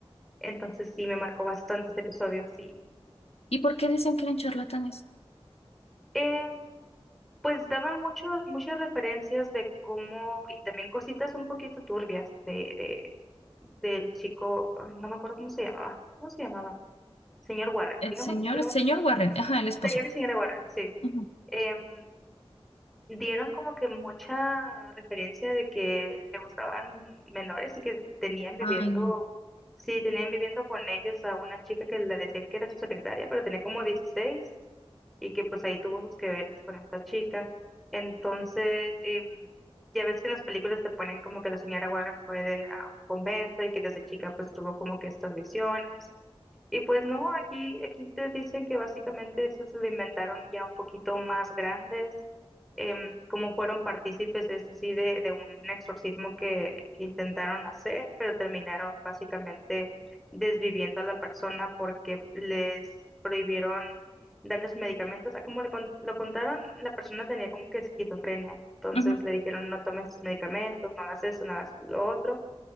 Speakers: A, in the centre; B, on the left (about 85°).
A: Entonces sí, me marcó bastantes episodios, sí.
B: ¿Y por qué dicen que eran charlatanes?
A: Em, pues daban muchos, muchas referencias de cómo, y también cositas un poquito turbias de, de, del chico, ah, no me acuerdo cómo se llamaba, ¿cómo se llamaba? Señor Warren,
B: El
A: digamos,
B: señor,
A: digamos,
B: el señor Warren, ajá, el esposo.
A: señor y señora Warren, sí.
B: Ujú.
A: Em, dieron como que mucha referencia de que le gustaban menores y que tenían viviendo,
B: Ay,
A: sí, tenían viviendo con ellos a una chica que le decían que era su secretaria, pero tenía como 16 y que pues ahí tuvo sus que veres con esta chica. Entonces, em, ya ves que en las películas te ponen como que la señora Warren fue de- a un convento y que desde chica pues tuvo como que estas visiones y pues no, aquí, aquí te dicen que básicamente esos se lo inventaron ya un poquito más grandes, em, como fueron partícipes, es decir, de, de un exorcismo que, que intentaron hacer, pero terminaron básicamente desviviendo a la persona porque les prohibieron darles medicamentos. O sea, como le con- lo contaron, la persona tenía como que esquizofrenia, entonces
B: no.
A: le dijeron no tomes medicamentos, no hagas eso, no hagas lo otro.